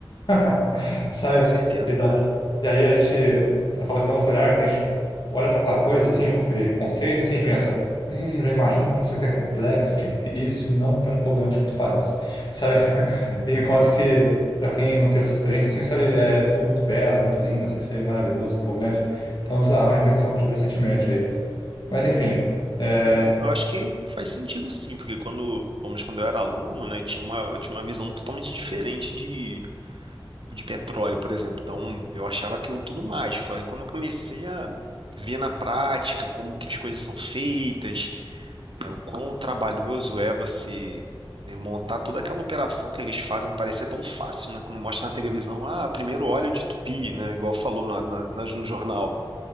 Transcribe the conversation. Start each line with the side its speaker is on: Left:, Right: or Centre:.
Left: <laughs> Sabe?
Right: com certeza.
Left: E, da, e aí a gente acaba tendo outro olhar que a gente olha para aquela coisa, assim, para aquele conceito, assim, e pensa, hum, já imagino como isso aqui é complexo, difícil e não tão empolgante quanto parece, sabe? <laughs> Enquanto que, para quem não teve essa experiência, assim, sabe, é tudo muito belo, muito lindo, assim, sabe, maravilhoso, empolgante. Então, sei lá, é uma reflexão que eu tive recentemente aí. Mas, enfim, é...
Right: Mas é, eu acho que faz sentido sim, porque quando, pelo menos quando eu era aluno, né, tinha uma, eu tinha uma visão totalmente diferente de, de petróleo, por exemplo. Então, eu achava aquilo tudo mágico. Aí quando eu comecei a ver na prática como que as coisas são feitas, né, o quão trabalhoso é você, né, montar toda aquela operação que eles fazem parecer tão fácil, né? Quando mostra na televisão, ah, primeiro óleo de tupi, né, igual falou na, na, nas- no jornal.